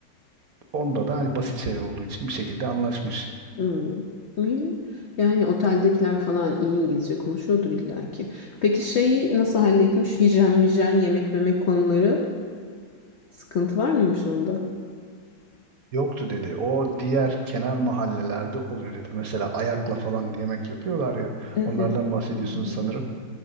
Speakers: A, on the right; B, on the left.
A: Onda da hani basit şeyler olduğu için bir şekilde anlaşmış.
B: Hmm, iyi. Yani oteldekiler falan iyi İngilizce konuşuyordur illaki. Peki şeyi nasıl halletmiş? Hijyen, mijen, yemek, memek konuları sıkıntı var mıymış onda?
A: Yoktu dedi. O diğer kenar mahallelerde oluyor dedi. Mesela ayakla falan yemek yapıyorlar ya.
B: Evet.
A: Onlardan bahsediyorsunuz
B: Hmm.
A: sanırım.